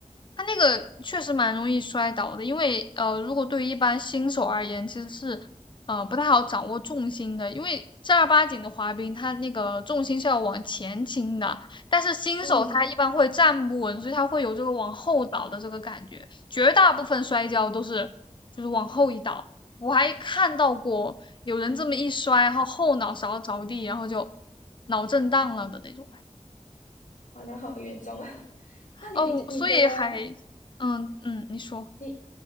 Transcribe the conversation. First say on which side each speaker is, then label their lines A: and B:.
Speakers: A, on the left (about 40°); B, on the left (about 85°).
A: 它那个确实蛮容易摔倒的，因为呃，如果对于一般新手而言，其实是呃不太好掌握重心的，因为正儿八经的滑冰，它那个重心是要往前倾的，但是新手他一般会站不稳，
B: 嗯，
A: 所以他会有这个往后倒的这个感觉，绝大部分摔跤都是就是往后一倒。我还看到过有人这么一摔，然后后脑勺着地，然后就脑震荡了的那种。
B: 哇，那好严重啊。<laughs> 那你比你觉得
A: 哦，所以还嗯嗯，你说。
B: 你